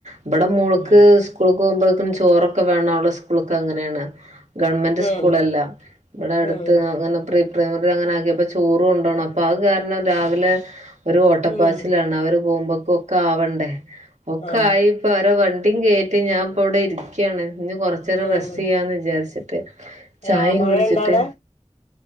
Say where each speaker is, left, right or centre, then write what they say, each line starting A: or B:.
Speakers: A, on the right; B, on the left.
A: ഇവടെ മോൾക്ക്
B: ഉം
A: സ്കൂൾ പോമ്പഴ്ക്കും ചോറൊക്കെ വേണം അവള സ്കൂള്ക്ക് അങ്ങനേണ് ഗവൺമെന്റ്
B: ഉം
A: സ്കൂളല്ലാ ഇവിടെ അടുത്ത്
B: ഉം
A: അങ്ങനെ പ്രി <unintelligible> അങ്ങനാക്ക്യ പ്പൊ ചോറുകൊണ്ടോണം അപ്പൊ അത് കാരണം രാവിലെ ഒരു ഓട്ടപ്പാച്ചിലാണ്
B: ഉം
A: അവര് പോവുമ്പകൊക്കാവണ്ടേ ഒക്കായിപ്പ
B: ആ
A: അവര വണ്ടി ട്ടിം കേട്ട് ഞാൻപ്പം ഇവിടെ ഇരിക്കുയാണ് ഇനി കൊറച്ചേരം
B: ഉം
A: റെസ്റ്റ് ചെയ്യാന്ന് വിചാരിച്ച് ചായയും
B: ആ മഴ
A: കുടിച്ചിട്ട്
B: ഇണ്ടോ അവിടെ